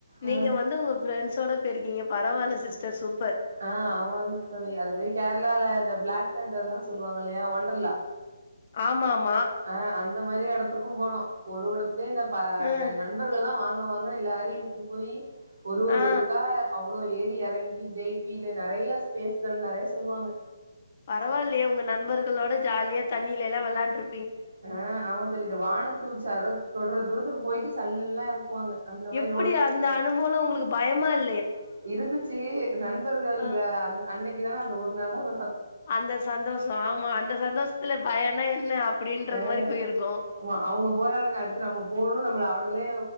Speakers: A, on the right; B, on the left.
A: ஆ
B: நீங்க வந்து உங்க ஃபிரெண்ட்ஸோட போயிருக்கீங்க பரவால்ல சிஸ்டர் சூப்பர்
A: ஆ ஆமாங்க தோழி அது மாரி கேரளால இந்த பிளாக் தண்டர்ன்லா சொல்லுவாங்க இல்லையா ஒன்டர்லா
B: ஆமா ஆ
A: ஆ அந்த மாரி எ டத்துக்கு போனோ ஒரு ஒரு த்து இந்த பா
B: ம்
A: இந்த நண்பர்கள்லா வாங் க வாங்கனு எல்லாரையு இழுத்துட்டு போயி ஒரு ஒரு
B: ஆ
A: இதுக்கா அ வ்ளோ ஏறி எறங்கி ஜெய்பில நெறைய ஸ்பேஸ்கள் நெறைய சொல்லுவாங்க
B: பரவால்லையே உங்க நண்பர்களோட ஜாலியா தண்ணில எல்லா வெளாண்ட்ரு
A: ஆ ஆமாந் தோழி இந்த வானத்து உச்சியாரோ தொடர தூரத்துக்கு போயிட்டு சல்லுன்லா எறக்குவாங்க அந்த மாரி
B: எப்புடி அந்த அனுபவம்லா உங்களுக்கு பயமா இல்
A: இருந்துச்சி நண்பர்கள்ல
B: ஆ
A: அந்த அன்னைக்கு தானா அந்த ஒரு நாள் தான்
B: அந்த சந்தோஷம் ஆமா அந்த சந்தோஷத்துல பயம்னா என்ன அப்டின்றது
A: ஆ
B: மாரி போயிருக்கு
A: ஆமா அவுங்க போறானுங்க அடுத்து நம்ம போணும் நம்மளை அவுங்களே